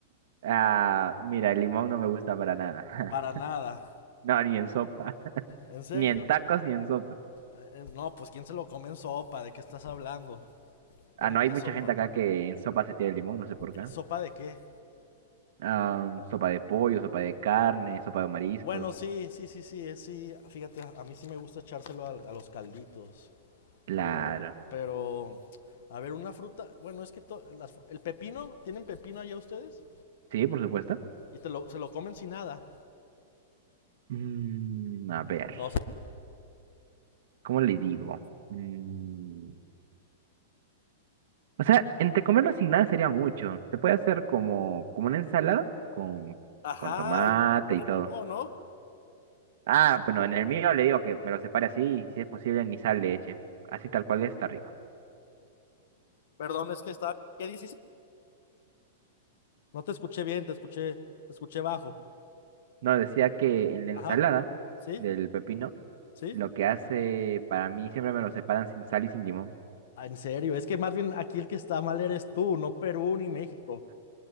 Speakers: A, on the right; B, on the left.
A: Ah, mira, el limón no me gusta para nada.
B: Para
A: <laughs>
B: nada.
A: No, ni en sopa.
B: ¿En serio?
A: Ni en tacos ni en sopa.
B: Eh, eh, No, pues ¿quién se lo come en sopa? ¿De qué estás hablando?
A: Ah,
B: ¿Cómo
A: no, hay
B: que
A: mucha
B: sopa?
A: gente acá que en sopa se tira el limón, no sé por qué.
B: Eh, ¿Sopa de qué?
A: Ah, mm, sopa de pollo, sopa de carne, sopa de mariscos.
B: Bueno, sí, sí, sí, sí, eh, sí. Fíjate, a mí sí me gusta echárselo al- a, los calditos.
A: Claro.
B: Pero, pero, a ver, una fruta. Bueno, es que to- las fru- el pepino, ¿tienen pepino allá ustedes?
A: Sí, por supuesto.
B: Y te lo, se lo comen sin nada.
A: Mm, a ver,
B: No,
A: ¿cómo le digo? Mm, o sea, entre comerlo sin nada sería mucho. Se puede hacer como, como una ensalada con,
B: Ajá,
A: con tomate
B: y le ponen
A: y todo.
B: limón, ¿no?
A: Ah, bueno, en el mío le digo que me lo separe así y si es posible ni sal le eche. Así tal cual está rico.
B: Perdón, es que está. ¿Qué dices? No te escuché bien, te escuché, te escuché bajo.
A: No, decía que en la
B: Ajá.
A: ensalada
B: ¿Sí?
A: del pepino
B: ¿Sí?
A: Lo que hace, para mí siempre me lo separan sin sal y sin limón.
B: Ah, En serio, es que más bien aquí el que está mal eres tú, no Perú ni México.